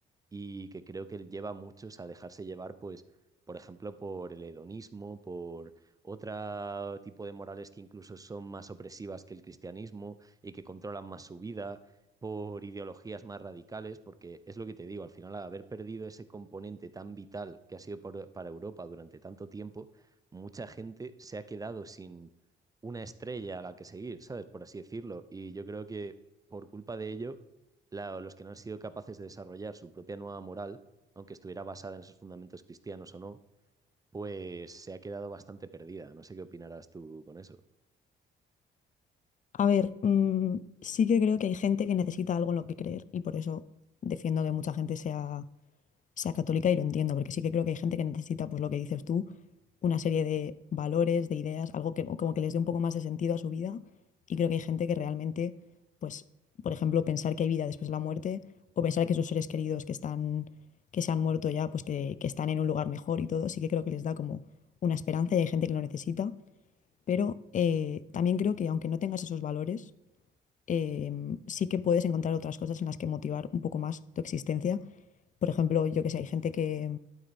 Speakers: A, on the right; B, on the left.
A: y que creo que lleva a muchos a dejarse llevar, pues, por ejemplo, por el hedonismo, por otro tipo de morales que incluso son más opresivas que el cristianismo y que controlan más su vida, por ideologías más radicales, porque es lo que te digo, al final, al haber perdido ese componente tan vital que ha sido por- para Europa durante tanto tiempo, mucha gente se ha quedado sin una estrella a la que seguir, ¿sabes? Por así decirlo. Y yo creo que por culpa de ello la- los que no han sido capaces de desarrollar su propia nueva moral, aunque estuviera basada en esos fundamentos cristianos o no, pues se ha quedado bastante perdida. No sé qué opinarás tú con eso.
B: A ver, mm, sí que creo que hay gente que necesita algo en lo que creer y por eso defiendo que mucha gente sea, sea católica y lo entiendo, porque sí que creo que hay gente que necesita pues lo que dices tú una serie de valores, de ideas, algo que como que les dé un poco más de sentido a su vida. Y creo que hay gente que realmente, pues, por ejemplo, pensar que hay vida después de la muerte o pensar que sus seres queridos que están, que se han muerto ya, pues que, que están en un lugar mejor y todo, sí que creo que les da como una esperanza y hay gente que lo necesita. Pero eh, también creo que aunque no tengas esos valores, em, sí que puedes encontrar otras cosas en las que motivar un poco más tu existencia. Por ejemplo, yo que sé, hay gente que,